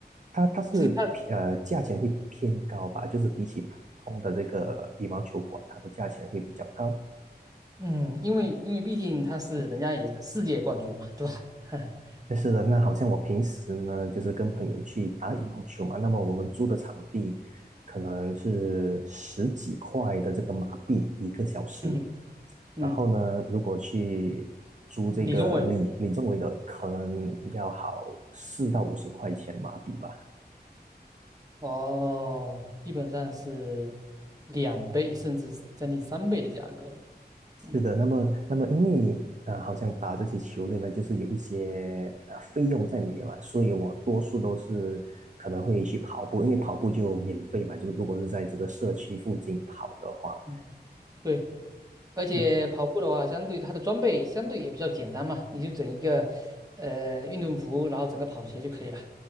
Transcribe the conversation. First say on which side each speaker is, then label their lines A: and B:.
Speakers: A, on the right; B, on the right.
A: 它它是偏呃价钱会偏高吧，
B: 其实他。
A: 就是比起普通的这个羽毛球馆，它的价钱会比较高。
B: 嗯，因为因为毕竟他是人家也是世界冠军嘛，
A: 嗯
B: 对吧？<laughs>
A: 但是呢，那好像我平时呢，就是跟朋友去打羽毛球嘛。那么我们租的场地可能是十几块的这个马币一个小时。
B: 嗯嗯，
A: 然后呢，如果去租这个李李宗伟的，
B: 李宗伟的
A: 可能要好四到五十块钱马币吧。
B: 哦，基本上是两倍甚至是将近三倍的价格了。嗯
A: 是的，那么，那么，因为啊，好像打这些球类呢，就是有一些呃费用在里面嘛，所以我多数都是可能会去跑步，因为跑步就免费嘛，就如果是在这个社区附近跑的话，
B: 嗯，对，而且跑步的话，
A: 嗯，
B: 相对它的装备相对也比较简单嘛，你就整一个呃运动服，然后整个跑鞋就可以了。